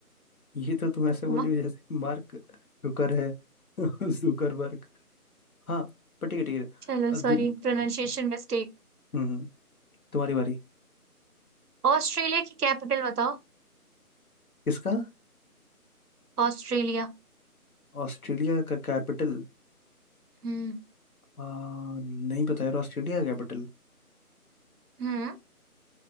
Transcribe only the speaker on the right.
मा-
चलो
सॉरी प्रोनाउंसिएशन
मिस्टेक
ऑस्ट्रेलिया की कैपिटल बताओ
ऑस्ट्रेलिया
हम्म
हम्म